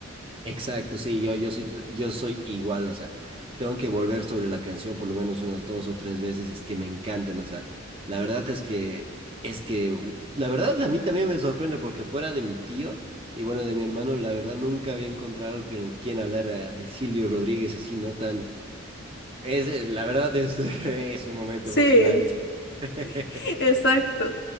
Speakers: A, on the right; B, on the left.
A: Exacto, sí, yo, yo soy, yo soy igual, o sea, tengo que volver sobre la canción por lo menos unas dos o tres veces, es que me encantan, o sea, la verdad es que, es que, u- la verdad a mí también me sorprende porque fuera de mi tío y bueno, de mi hermano, la verdad nunca había encontrado con quien hablar eh, de Silvio Rodríguez así, no tan, es, eh, la verdad es, <laughs> es un momento
B: <laughs>
A: emocionante.
B: Sí.
A: <laughs>
B: <laughs> Exacto.